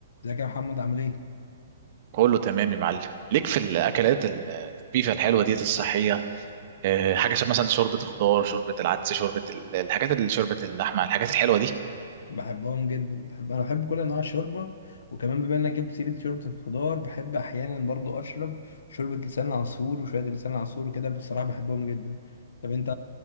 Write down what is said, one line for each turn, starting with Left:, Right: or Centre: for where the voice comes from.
Left: ازيك يا محمد عامل ايه؟
Right: كله تمام يا معلم ليك في الاكلات البيفا الحلوه ديت الصحيه آه، حاجه شبه مثلا شوربه الخضار شوربه العدس شوربه ال- الحاجات اللي شوربه اللحمه الحاجات الحلوه دي
Left: بحبهم جدا بحب انا بحب كل انواع الشوربه وكمان بما انك جبت سيره شوربه الخضار بحب احيانا برضو اشرب شوربه لسان العصفور وشويه لسان العصفور وكده بصراحه بحبهم جدا طب انت